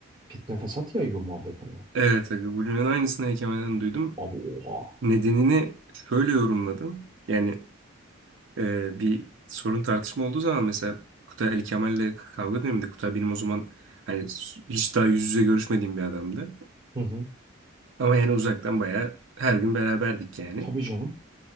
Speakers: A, on the right; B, on the right.
A: Fitne fesat yayıyor muhabbetine mi?
B: evet aga, bu cümlenin aynısını Ali Kemal'den duydum.
A: Abi oha.
B: Nedenini şöyle yorumladım. Yani e, bir sorun tartışma olduğu zaman mesela Kutay Ali Kemal'le kavga döneminde Kutay benim o zaman hani s- hiç daha yüz yüze görüşmediğim bir adamdı.
A: Hı hı.
B: Ama yani uzaktan bayağı her gün beraberdik yani.
A: Tabii canım.